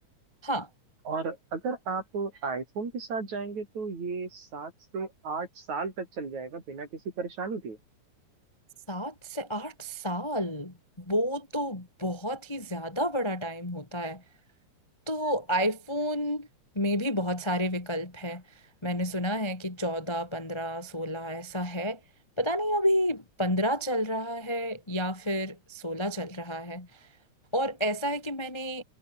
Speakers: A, on the left; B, on the right.
A: हाँ
B: और अगर आप आईफोन के साथ जाएंगे तो ये सात से आठ साल तक चल जाएगा बिना किसी परेशानी के
A: सात से आठ साल वो तो बहुत ही ज्यादा बड़ा टाइम होता है तो आईफोन में भी बहुत सारे विकल्प हैं मैंने सुना है कि चौदह पंद्रह सोलह ऐसा है पता नहीं अभी पंद्रह चल रहा है या फिर सोलह चल रहा है और ऐसा है कि मैंने